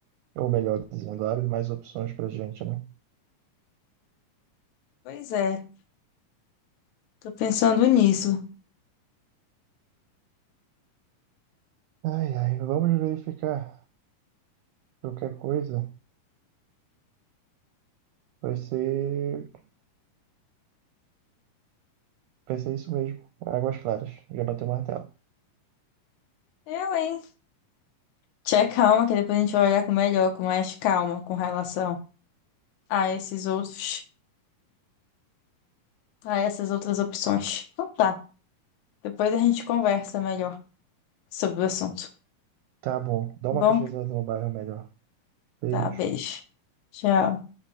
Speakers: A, on the right; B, on the left.
A: Ou melhor dizendo, abre mais opções pra gente, né?
B: Pois é, tô pensando nisso.
A: Ai, ai, vamos verificar. Qualquer coisa vai ser, vai ser isso mesmo. Águas claras. Já bateu o martelo.
B: Eu, hein? Tchau, calma, que depois a gente vai olhar com melhor, com mais calma, com relação a esses outros, a essas outras opções. Então tá. Depois a gente conversa melhor sobre o assunto. Tá
A: Tá bom. Dá
B: Bom,
A: uma pesquisada no bairro melhor. Beijo.
B: tá, beijo. Tchau.